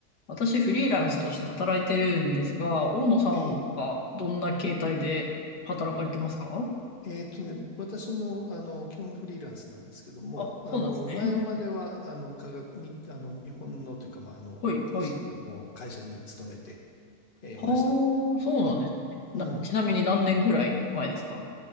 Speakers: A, on the left; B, on the left.
A: 私、フリーランスとして働いてるんですが、大野さんはどんな形態で働かれてますか
B: ええ、えーっとね、私も、あの、基本フリーランスなんですけども、
A: あ、
B: あの、
A: そうなんですね。
B: 前までは、あの、科学に、あの、日本のというか、まあ、あの、
A: はい、はい。
B: しあの、会社に勤めて、えーいました。
A: はあ、そうなんですね。
B: え、うん。
A: な、ちなみに何年ぐらい前ですか